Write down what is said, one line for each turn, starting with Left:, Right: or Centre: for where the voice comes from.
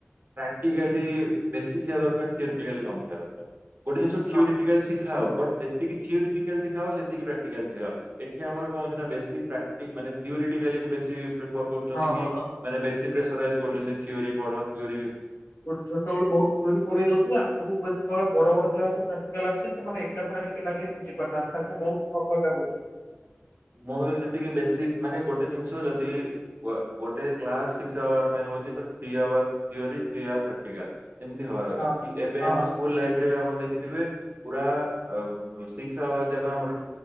Right: ପ୍ରାକ୍ଟିକାଲି ବେଶୀ ଥିବା ଦରକାର ଥିଓରିଟିକାଲି କମ ଥିବା ଦରକାର। ଗୋଟେ ଜିନଷ ଥିଓରିଟିକାଲି
Left: ହଁ
Right: ଶିଖାଅ ବଟ ଯେତିକି ଥିଓରିଟିକାଲ ଶିଖାଅ ସେ ତିକି ପ୍ରାକ୍ଟିକାଲ ଶିଖାଅ ଏଥିରେ ଆମର କଣ ହଉଚି ନା ବେଶୀ ପ୍ରାକ୍ଟି ମାନେ ଥିଓରିଟିକାଲି କୁ ବେଶୀ। ପ୍ରିଫର୍ କରୁଛନ୍ତି
Left: ହଁ
Right: କି
Left: ହଁ।
Right: ମାନେ ବେଶୀ ପ୍ରେସରାଇଜ କରୁଛନ୍ତି ଥିଓରୀ ପଢ ଥିଓରୀ।
Left: ଓ ଛୋଟବେଳୁ ବହୁତ ଥିଓରି ପଢେଇ ଦଉଥିବେ ଆଗକୁ ଯେତେବେଳେ ବଡ ବଡ କ୍ଲାସ ରେ। ପ୍ରାକ୍ଟିକାଲ ଆସୁଚି ସେମାନେ ଏକଥରେକେ ପିଲା କେହି ବୁଝି ପାରୁନାହାନ୍ତି ତାଙ୍କୁ ବହୁ ସମୟ ଲାଗୁଛି।
Right: ମୋର ଯେତିକି ବେଶୀକ ମାନେ ଗୋଟେ ଜିନିଷ ଯଦି। ଗୋ-ଗୋଟେ କ୍ଲାସ ସିକ୍ସ ଆୱାର ପାଇଁ ହଉଛି ତ three hour theory three hour practical. ଏମିତି ହବା ଦରକାର
Left: ହଁ
Right: କି ଏବେ
Left: ହଁ
Right: ଆମ ସ୍କୁଲ ଲାଇଫ ରେ ବି ଆପଣ ଦେଖିଥିବେ ପୁରା ଅ ସି ସିକ୍ସ ଆୱାର୍ ଯାକ ଆମର